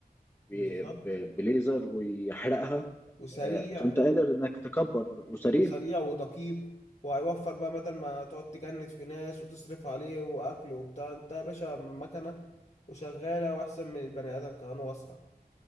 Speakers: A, on the left; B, on the left.
A: ب-
B: بالظبط
A: ب- بليزر ويحرقها
B: وسريع
A: آه، فانت قادر انك تكبر وسريع
B: وسريع ودقيق وهيوفر بقى بدل ما تقعد تجند في ناس وتصرف عليه واكل وبتاع انت يا باشا مكنه وشغاله واحسن من البني ادم كمان واسرع